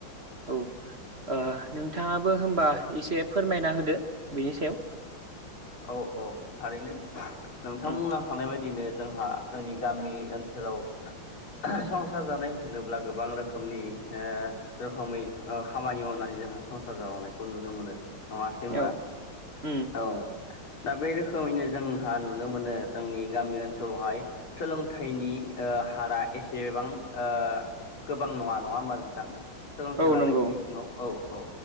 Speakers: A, on the right; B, on the left.
A: औ। ओ नोंथाङाबो होमबा एसे फोरमायना होदो बेनि सायाव?
B: औ औ थारैनो <unintelligible> नोंथांमोना
A: उम
B: हानाय बायदिनो जोंहा जोंनि गामि ओनसोलाव <unintelligible> संसार जानाय होनोब्ला गोबां रोखोमनि ओ रोखोमै ओ खामानि मावनाय <unintelligible> जोंहा संसार जालांनायखौ नुनो मोनो नङासै होमबा
A: औ उम
B: औ। दा बे रोखोमैनो जोंहा नुनो मोनो जोंनि गामि ओनसोलावहाय सोलोंथाइनि ओ हारा एसेबां ओ गोबां नङा नङा होमबा नोंथां? सोलोंथाइ
A: औ
B: लानायनि
A: नंगौ
B: बिथिङाव औ औ